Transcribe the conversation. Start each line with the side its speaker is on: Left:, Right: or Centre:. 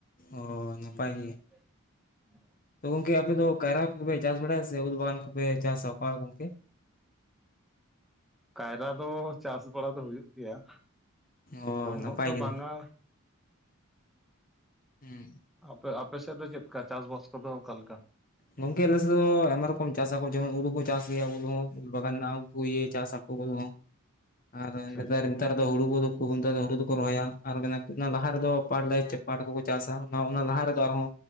Left: ᱚ ᱱᱟᱯᱟᱭ ᱜᱮ
Centre: <inaudible>
Left: ᱛᱚ ᱜᱚᱝᱠᱮ ᱟᱯᱮ ᱫᱚ ᱠᱟᱭᱨᱟ ᱠᱚᱯᱮ ᱪᱟᱥ ᱵᱟᱲᱟᱭᱟ ᱥᱮ ᱩᱞ ᱵᱟᱜᱟᱱ ᱠᱚᱯᱮ ᱪᱟᱥᱟ ᱚᱠᱟ ᱜᱚᱝᱠᱮ
Centre: ᱠᱟᱭᱨᱟ ᱫᱚ ᱪᱟᱥ ᱵᱟᱲᱟ ᱫᱚ ᱦᱩᱭᱩᱜ ᱜᱮᱭᱟ
Left: ᱚ
Centre: ᱫᱚ ᱩᱱᱟᱹᱜ
Left: ᱱᱟᱯᱟᱭ
Centre: ᱫᱚ
Left: ᱜᱮ
Centre: ᱵᱟᱝᱟ
Left: ᱦᱩᱸ ᱦᱮᱸ
Centre: ᱟᱯᱮ ᱟᱯᱮᱥᱮᱫ ᱫᱚ ᱪᱮᱫᱠᱟ ᱪᱟᱥᱵᱟᱥ ᱠᱚᱫᱚ ᱚᱠᱟᱞᱮᱠᱟ
Left: ᱜᱚᱝᱠᱮ ᱟᱞᱮᱥᱮᱫ ᱫᱚ ᱟᱭᱢᱟ ᱨᱚᱠᱚᱢ ᱪᱟᱥᱟᱠᱚ ᱡᱮᱢᱚᱱ ᱩᱞᱩ ᱠᱚ ᱪᱟᱥ ᱜᱮᱭᱟ ᱩᱞ ᱦᱚᱸ ᱵᱟᱜᱟᱱ ᱱᱟᱜ ᱩᱱᱠᱩ ᱤᱭᱮ ᱪᱟᱥᱟᱠᱚ ᱠᱚᱫᱚ ᱟᱨ
Centre: ᱟᱪᱪᱷᱟ ᱟᱪᱪᱷᱟ
Left: ᱱᱮᱛᱟᱨ ᱟᱫᱚ ᱦᱩᱲᱩ ᱠᱩᱫᱩ ᱠᱩ ᱚᱱᱛᱮ ᱫᱚ ᱦᱩᱲᱩ ᱫᱚᱠᱚ ᱨᱚᱦᱚᱭᱟ ᱟᱨ ᱚᱱᱮ ᱚᱱᱟ ᱞᱟᱦᱟ ᱨᱮᱫᱚ ᱯᱟᱴ ᱞᱮ ᱪᱟ ᱯᱟᱴ ᱠᱩᱠᱩ ᱪᱟᱥᱟ ᱚᱱᱟ ᱚᱱᱟ ᱞᱟᱦᱟ ᱨᱮᱫᱚ ᱟᱨᱦᱚᱸ